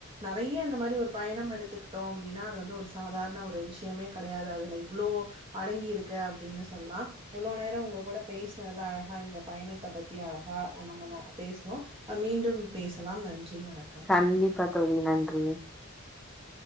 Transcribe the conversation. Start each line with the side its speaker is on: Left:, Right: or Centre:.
Right: நெறைய இந்த மாரி ஒரு பயணம் எடுத்துக்கிட்டோம் அப்டின்னா அது வந்து ஒரு சாதாரண ஒரு விஷயமே கடையாது அதுல இவ்ளோ அடங்கி இருக்க அப்டின்னு சொல்லலா இவ்ளவு நேரோ உங்க கூட பேசினதுல அழகா இந்த பயணத்த பத்தி அழகா நம்ம ந பேசுனோ ஆ மீண்டும் பேசலாம் நன்றி வணக்
Centre: கண்டிப்பா தோழி நன்றி.
Right: <unintelligible>